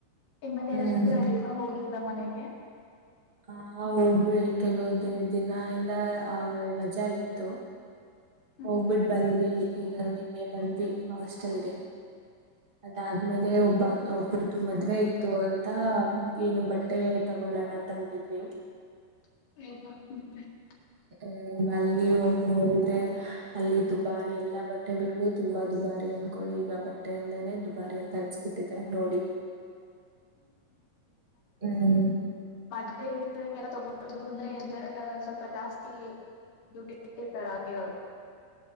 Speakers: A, on the left; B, on the right.
A: ಇಮ್ಮತ್ತ
B: ಹ್ಮ್
A: ಎವ ಹೋಗಿವ ಮನೆಗೆ.
B: ಹ ಹೋಗಬ ಕೆಲವು ದರಡ್ ದಿನಯಿಂದ ಆ ರಜೆ ಇತ್ತು.
A: ಹ್ಮ್
B: ಹೋಗ್ಬಿಟ್ ಬಂದ್ವಿ ಈಗ ನಿನ್ನೆ ಬಂದ್ವಿ ಹಾಸ್ಟೆಲ್ಗೆ. ಅದಾದ್ಮೇಲೆ ಒಬ್ಬ ಒಬ್ಬರದು ಮದ್ವೆ ಇತ್ತು ಅಂತ ಏನು ಬಟ್ಟೆ ತ ತಗೊಳ್ಳೋಣ ಅಂತ ಹೋಗಿದ್ವಿ
A: <unintelligible>
B: ಹ ಅಲ್ಲಿ ಹೋಗಿ ನೋಡಿದ್ರೆ ಅಲ್ಲಿ ದುಬಾರಿ ಎಲ್ಲಾ ಬಟ್ಟೆಗಳಿನ್ ಗೂ ತುಂಬಾ ದುಬಾರಿ ಅಂದ್ಕೊಡಿ ಈಗ ಬಟ್ಟೆ ಅಂದನೇ ದುಬಾರಿ ಅಂತ ಅನ್ಚ್ಬಿಟ್ಟಿದೆ ನೋಡಿ ಹ್ಮ್
A: ಅದೇಲ್ಲ ತಗುದು ಅಂದ್ರೆ ಜ ಸ್ವಲ್ಪ ಜಾಸ್ತಿ <unintelligible>